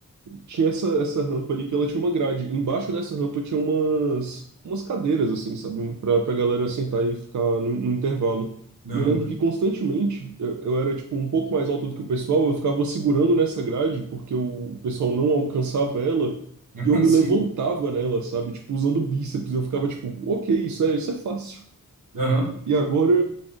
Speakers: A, on the right (about 65°); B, on the right (about 80°).
A: tinha essa, essa rampa ali que ela tinha uma grade. Embaixo dessa rampa tinha umas, umas cadeiras, assim, sabe? Pra, pra galera sentar e ficar no, no intervalo.
B: Aham,
A: E eu lembro que constantemente eu, eu era, tipo, um pouco mais alto do que o pessoal. Eu ficava segurando nessa grade porque o, o pessoal não alcançava ela.
B: <laughs> aham,
A: E eu me
B: sim,
A: levantava nela, sabe? Tipo, usando bíceps. Eu ficava, tipo, ok, isso é, isso é fácil.
B: aham,
A: E agora.